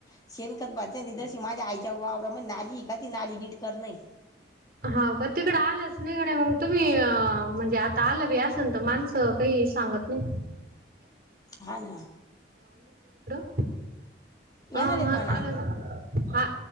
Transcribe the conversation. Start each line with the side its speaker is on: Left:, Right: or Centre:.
Left: <unintelligible> त्या वावरामधी नाली है का ती नाली निट कर नाही.
Right: हाव का? तिकड आलंच नाहीकडे मग तुम्ही अ म्हणजे आता आलं बी असल तर माणसं काही सांगत नाही.
Left: हा ना
Right: <unintelligible>
Left: येणार
Right: ह
Left: एक
Right: हा
Left: म्हणा
Right: आलं आ